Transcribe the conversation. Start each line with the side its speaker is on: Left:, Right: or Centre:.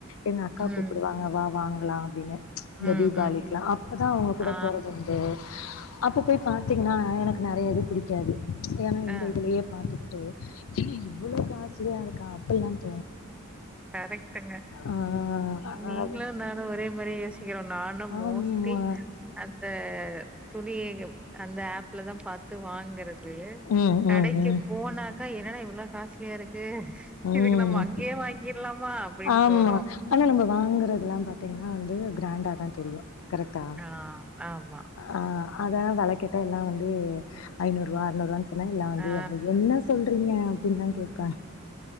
Left: எங்க அக்கா
Centre: ம்,
Left: கூப்புடுவாங்க வா வாங் ல்லா அப்பிடின்னு இந்த
Centre: ம்,
Left: தீபாளிக்கலா
Centre: ம்.
Left: அப்பதா அவுங்க கூட
Centre: ஆ,
Left: போறதுண்டு அப்ப போய் பாத்தீங்ன்னா அ எனக்கு நெறைய இது பிடிக்காது ஏன்னா இந்த
Centre: ஆ.
Left: இதிலியே பாத்து டு சின்னா இவ்ளோ காசிலியா இருக்கா பல்லாந்
Centre: கரெக்டுங்க
Left: ஆ
Centre: நீங்களு
Left: அத
Centre: நானு ஒரே மாரி யோசிக்கிறோ நா ன்னா
Left: ஆமா
Centre: மோஸ்ட்லி அந்த துணி அந்த ஆப்லதா பாத்து வாங்க றது
Left: ம் ம்
Centre: கடைக்கு
Left: ம்
Centre: போனா க்கா என்னடா இவ்ளா காஸ்ட்லியா இருக் கு
Left: ம்
Centre: இதுக்கு நம்ம வாங்கிர்லாமா அப்டின்னு
Left: ஆமா
Centre: தோணு
Left: ஆனா நம்ம வாங்கறதெல்லா பாத் தீங்னா வந்து கிராண்டாதா தெரியு கரெக்டா
Centre: ஆ ஆமா
Left: ஆ அதல்லா வெல கேட்டா எல்லா வந்து ஐநூறுவா அறநூறுவான் சொன்னாங்க நா வந்து
Centre: ஆ
Left: அது என்ன சொல் றீங்க அப்டின்தா கேப்பே